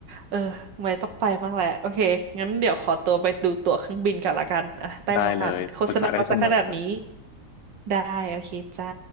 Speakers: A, on the right (about 60°); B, on the left (about 85°).
A: เออไม่ต้องไปบ้างแหละโอเคงั้นเดี๋ยวขอตัวไปดูตั๋วเครื่องบินกันละกันอ่ะไต้หวันโฆษณามาซะขนาดนี้
B: ได้เลยปรึกษาได้เสมอ
A: ได้โอเคจ้า